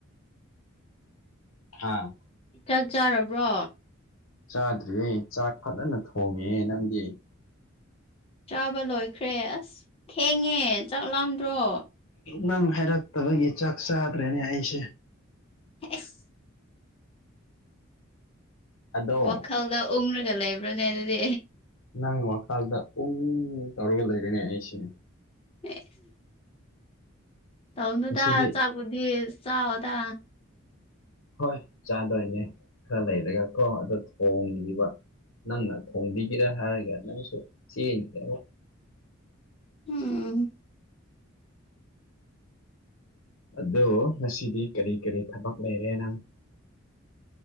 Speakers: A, on the left; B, on the left.
A: ꯍꯥ <unintelligible>
B: ꯆꯥꯛ ꯆꯥꯔꯕ꯭ꯔꯣ
A: ꯆꯥꯗ꯭ꯔꯤꯌꯦ ꯆꯥꯛ ꯐꯖꯅ ꯊꯣꯡꯉꯦ ꯅꯪꯗꯤ
B: ꯆꯥꯕ ꯂꯣꯏꯈ꯭ꯔꯦ ꯑꯁ ꯊꯦꯡꯉꯦ ꯆꯥꯛ ꯂꯥꯝꯗ꯭ꯔꯣ
A: ꯅꯪ ꯍꯥꯏꯔꯛꯇꯥꯕꯒꯤ ꯆꯥꯛ ꯆꯥꯗ꯭ꯔꯦꯅꯦ ꯑꯩꯁꯦ
B: ꯑꯦꯁ
A: ꯑꯗꯣ
B: ꯋꯥꯈꯜꯗ ꯎꯡꯔꯒ ꯂꯩꯕ꯭ꯔꯥꯅꯦ ꯑꯗꯨꯗꯤ
A: ꯅꯪꯒꯤ ꯃꯈꯥꯗ ꯑꯝ ꯇꯧꯔꯒ ꯂꯩꯔꯅꯦ ꯑꯩꯁꯤꯅꯦ
B: <inaudible> ꯇꯧꯅꯨꯗ
A: ꯉꯁꯤꯗꯤ
B: ꯆꯥꯛꯄꯨꯗꯤ ꯆꯥꯑꯣꯗ
A: ꯍꯣꯏ ꯆꯥꯗꯣꯏꯅꯦ ꯈꯔ ꯂꯩꯔꯒ ꯀꯣ ꯑꯗꯨꯝ ꯊꯣꯡꯅꯦꯕ ꯅꯪꯅ ꯊꯣꯡꯕꯤꯒꯦ ꯍꯥꯏꯔꯒ ꯅꯪꯁꯨ ꯆꯦꯟꯒ꯭ꯔꯦ
B: ꯎꯝ
A: ꯑꯗꯣ ꯉꯁꯤꯗꯤ ꯀꯔꯤ ꯀꯔꯤ ꯊꯕꯛ ꯂꯩꯔꯦ ꯅꯪ